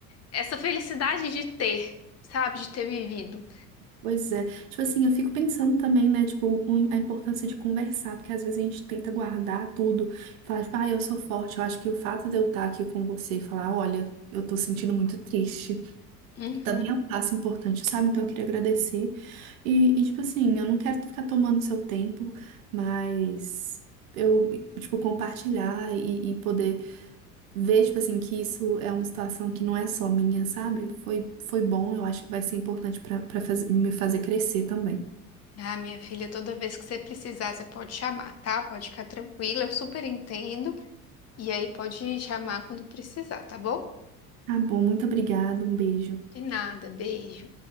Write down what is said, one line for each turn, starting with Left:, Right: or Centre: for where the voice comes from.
Left: essa felicidade de ter, sabe? De ter vivido.
Right: Pois é. Tipo assim, eu fico pensando também, né, tipo, um- a importância de conversar, porque às vezes a gente tenta guardar tudo, falar, tipo, ah, eu sou forte. Eu acho que o fato de eu estar aqui com você e falar, olha, eu tô sentindo muito triste,
Left: Uhum.
Right: também é um passo importante, sabe? Então eu queria agradecer. E, e, tipo assim, eu não quero ficar tomando seu tempo, mas eu, tipo, compartilhar e, e poder ver, tipo assim, que isso é uma situação que não é só minha, sabe? Foi, foi bom, eu acho que vai ser importante para para me fazer crescer também.
Left: Ah, minha filha, toda vez que você precisar, você pode chamar, tá? Pode ficar tranquila, eu super entendo. E aí pode chamar quando precisar, tá bom?
Right: Tá bom, muito obrigada. Um beijo.
Left: De nada, beijo.